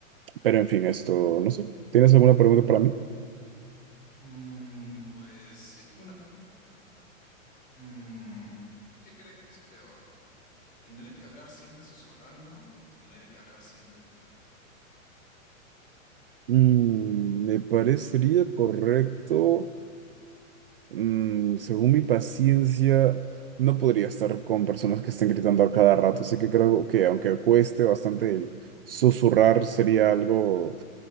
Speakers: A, on the right (about 45°); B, on the left (about 20°).
A: Pero en fin, esto, no sé. ¿Tienes alguna pregunta para mí?
B: mm, pues yo tengo una preguntita acá para ti. Mm, ¿qué crees que es peor? ¿Tener que hablar siempre susurrando o tener que hablar siempre gritando?
A: Mm, me parecería correcto. mm, según mi paciencia, no podría estar con personas que estén gritando a cada rato. Así que creo que aunque cueste bastante el susurrar, sería algo